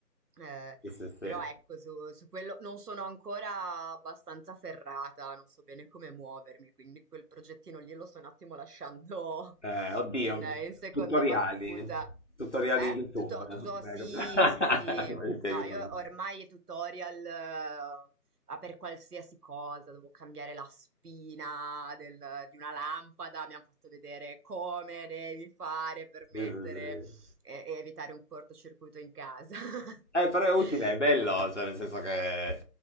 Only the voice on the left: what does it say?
sì, sì. sì.
Eh,
oddio,
tutoriali.
Tutoriali
in YouTube.
<laughs>
eh, Eh, capito?
<laughs> Ti
aiutano.
Sì, sì, sì.
Eh, però è utile,
è bello, cioè nel senso che eh,